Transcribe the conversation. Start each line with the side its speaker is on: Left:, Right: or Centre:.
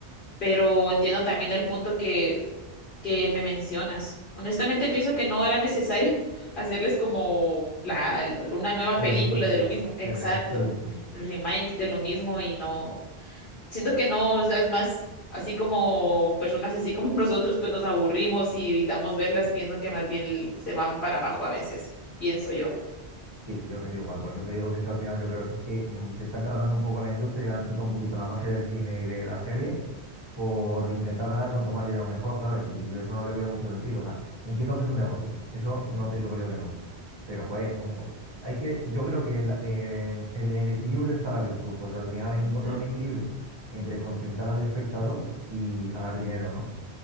Left: pero entiendo también el punto que, que me mencionas. Honestamente, pienso que no era necesario <laughs> hacerles como la, una nueva
Right: El
Left: película
Right: remake, sí.
Left: de lo mismo. Exacto.
Right: El remake, sí, sí, sí.
Left: El remake de lo mismo y no. Siento que no, o sea, es más, así como personas así como <laughs> nosotros, pues nos aburrimos y evitamos verlas. Pienso que más bien se van para abajo a veces, pienso yo.
Right: Sí, yo pienso igual. Por eso te digo que es que al final yo creo que es que mm, se están cargando un poco la industria y han quitado un poquito la magia del cine y de la serie por intentar ganar cuanto más dinero mejor, ¿sabes? Y yo eso no le veo mucho sentido. O sea, entiendo que es un negocio, eso no te digo yo que no. Pero, joder, una- hay que, yo creo que en la- en el, en el equilibrio está la virtud. O sea, al final hay
Left: Ujú.
Right: que encontrar un equilibrio entre contentar al espectador y ganar dinero, ¿no?